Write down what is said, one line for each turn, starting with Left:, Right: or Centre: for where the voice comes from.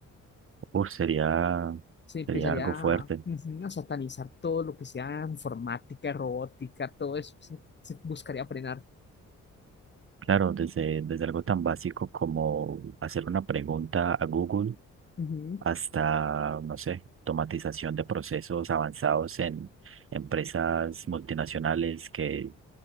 Right: Uf, sería,
Left: Se empezaría
Right: sería algo
Left: a,
Right: fuerte.
Left: ujú, a satanizar todo lo que sea informática, robótica, todo eso se, se buscaría frenar.
Right: Claro, desde, desde algo tan básico como hacer una pregunta a Google
Left: Ujú.
Right: hasta, no sé, automatización de procesos avanzados en empresas multinacionales que